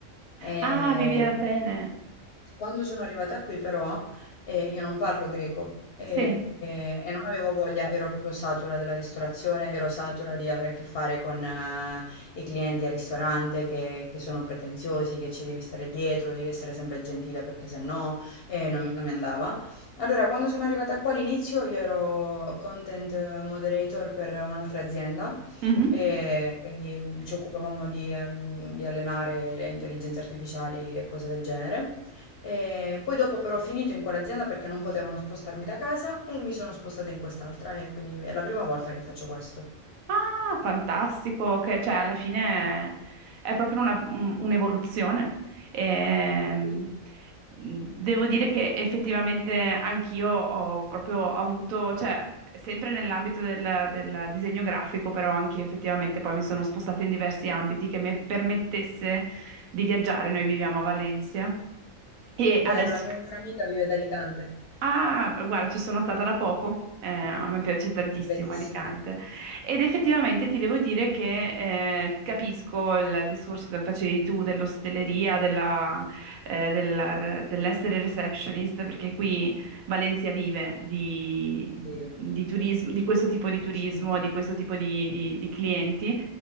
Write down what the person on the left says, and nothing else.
E...
Quando sono arrivata qui, però, e io non parlo greco e,
e- e non avevo voglia, ero proprio satura della ristorazione, ero satura di avere a che fare con eh, i clienti al ristorante che, che sono pretenziosi, che ci devi stare dietro, devi essere sempre gentile perché se no eh, non mi non mi andava. Allora, quando sono arrivata qua all'inizio, io ero content moderator per un'altra azienda,
e quindi mm, ci occupavamo di, ehm, di allenare le intelligenze artificiali e cose del genere. E poi dopo però ho finito in quell'azienda perché non potevano spostarmi da casa e mi sono spostata in quest'altra e quindi è la prima volta che faccio questo.
Sì,
che bello,
la mia migliore amica vive ad Alicante.
Bellissimo.
Sì,
sì,